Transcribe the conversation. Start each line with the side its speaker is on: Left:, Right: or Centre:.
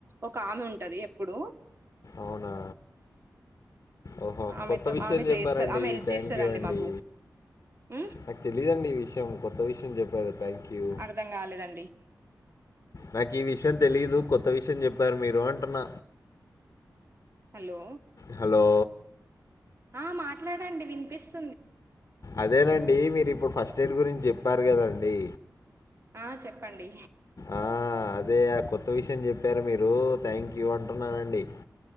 Right: ఒక ఆమె ఉంటుంది ఎప్పుడు
Left: అవునా ఓహో
Right: ఆమెతో
Left: కొత్త విషయం
Right: ఆమె
Left: చెప్పారండి
Right: చేస్త ఆమె హెల్ప్
Left: థ్యాంక్
Right: చేస్తదండి
Left: యూ అండి
Right: మాకు ఉమ్
Left: నాకు తెలిదండి ఇవి విషయం కొత్త విషయం చెప్పారు థ్యాంక్ యు
Right: అర్ధం కాలేదండి
Left: నాకు ఈ విషయం తెలీదు కొత్త విషయం చెప్పారు మీరు అంటాన్న
Right: హలో
Left: హలో
Right: ఆ మాట్లాడండి వినిపిస్తు
Left: అదేనండి మీరు ఇప్పుడు ఫస్ట్ పస్ట్ఎయిడ్ గురించి చెప్పారు కదండి
Right: ఆ చెప్పండి
Left: ఆ అదే ఆ కొత్త విషయం చెప్పారు మీరు థ్యాంక్ యూ అంటున్నానండి